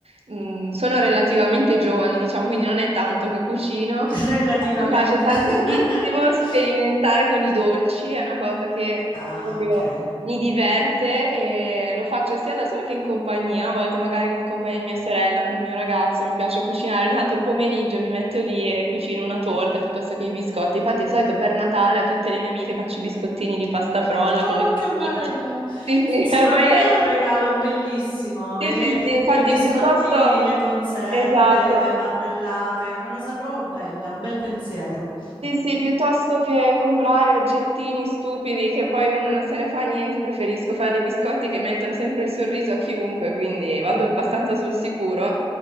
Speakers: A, on the right; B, on the left.
A: mh, sono relativamente giovane, diciamo, quindi non è tanto che cucino.
B: <laughs> relativamente.
A: Però mi piace tantissimo
B: <laughs>
A: sperimentare con i dolci, è una cosa che
B: Ah,
A: proprio
B: ok.
A: mi diverte e lo faccio sia da sola che in compagnia, a volte magari in compagnia di mia sorella con il mio ragazzo, mi piace cucinare, ogni tanto il pomeriggio mi metto lì e cucino una torta piuttosto che i biscotti. Infatti di solito per Natale a tutte le mie amiche faccio i biscottini di pasta frolla
B: No,
A: con le
B: che
A: pupine.
B: bello!
A: Sì, sì,
B: Secondo
A: <laughs> ormai
B: me
A: è.
B: è un regalo bellissimo.
A: Sì,
B: E le-
A: sì, sì, infatti
B: i biscottini,
A: piuttosto...
B: le conserve,
A: Esatto.
B: le marmellate, è una cosa proprio bella, un bel pensiero.
A: Sì, sì, piuttosto che comprare oggettini stupidi che poi uno non se ne fa niente, preferisco fare dei biscotti che mettono sempre il sorriso a chiunque, quindi vado abbastanza sul sicuro.